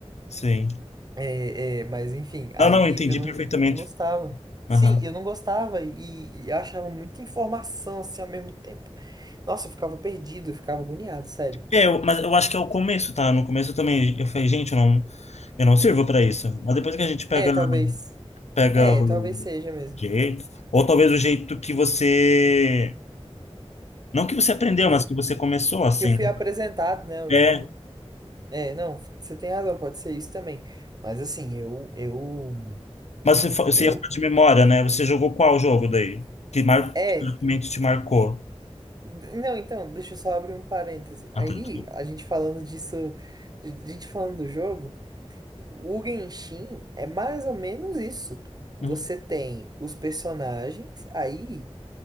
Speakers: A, on the left; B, on the right.
A: sim.
B: É, é, mas enfim, aí
A: Não, não, entendi
B: eu não,
A: perfeitamente.
B: não gostava. Sim,
A: Aham.
B: eu não gostava e, e achava muita informação assim ao mesmo tempo. Nossa, eu ficava perdido, eu ficava agoniado, sério.
A: É, eu- mas eu acho que é o começo, tá? No começo eu também, eu falei, gente, eu não, eu não sirvo pra isso. Mas depois que a gente pega,
B: É, talvez.
A: pega
B: É,
A: o
B: talvez seja mesmo.
A: jeito, ou talvez o jeito que você, não que você aprendeu,
B: que eu
A: mas que você começou, assim.
B: que eu fui
A: né?
B: apresentado, né, o
A: É,
B: jogo. É, não, você tem razão, pode ser isso também. Mas assim, eu, eu,
A: mas você, fa- você
B: eu,
A: ia falar de memória, né? Você jogou qual jogo daí? Que mar,
B: é,
A: que realmente te marcou?
B: não, então, deixa eu só abrir um parêntese.
A: Ah,
B: Aí,
A: tá, desculpa.
B: a gente falando disso, de- de gente falando do jogo, o Genshin é mais ou menos isso. Você
A: Uhum.
B: tem os personagens, aí